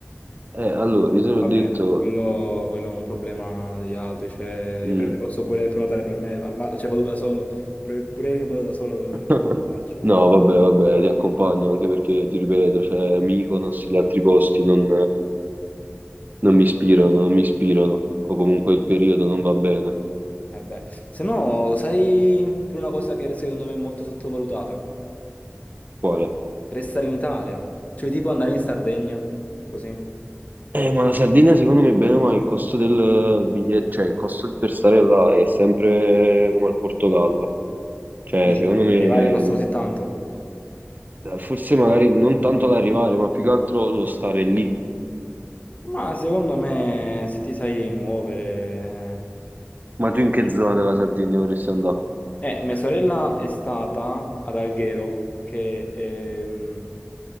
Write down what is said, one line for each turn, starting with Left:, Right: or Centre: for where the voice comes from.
Right: Eh, allora, io te l'ho
Left: Vabbè,
Right: detto...
Left: quello, quello è un problema degli altri, cioè
Right: mm,
Left: per me posso pure prenotare per me, ma- cioè vado da solo, pure, pure che vado da solo devo
Right: <laughs>
Left: andarci.
Right: No, vabbè, vabbè, ti accompagno anche perché, ti ripeto, c'è Mykonos e gli altri posti, non, Non mi ispirano, non mi ispirano, o comunque il periodo non va bene.
Left: Eh beh, se no, sai pure una cosa che secondo me è molto sottovalutata?
Right: Quale?
Left: Restare in Italia, cioè tipo andare in Sardegna, così.
Right: Eh, ma la Sardegna secondo me bene o male il costo del biglietto, cioè il costo di per stare là è sempre come al Portogallo. Cioè,
Left: Dici,
Right: secondo me
Left: arrivare costa così tanto.
Right: forse magari non tanto l'arrivare, ma più che altro lo stare lì.
Left: Ma secondo me, se ti sai muovere...
Right: Ma tu in che
Left: Eh,
Right: zona della Sardegna vorresti andare?
Left: Eh, mia sorella è stata ad Alghero, che è mm,